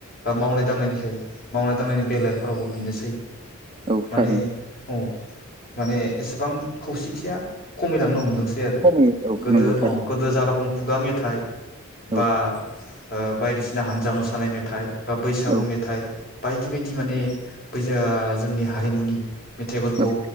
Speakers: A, on the left (about 45°); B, on the right (about 25°).
A: बा मावनाय दांनायनि खे मावनाय दांनायनि बेलाफोरावबो बिनोसै
B: औ औ
A: माने
B: थारैनो
A: औ माने एसेबां खौसेथिया खमायलांनो हमदोंसै। <unintelligible> आरो
B: खमायो औ
A: गोदो
B: नंगौ थारैनो
A: अ गोदो जा रखम खुगा मेथाइ
B: औ
A: बा ओ बायदिसिना हान्जा मोसानाय मेथाइ बा बैसागु
B: औ
A: मेथाइ बायदि बायदि माने बै जा जोंनि हारिमुनि मेथाइफोरखौ
B: औ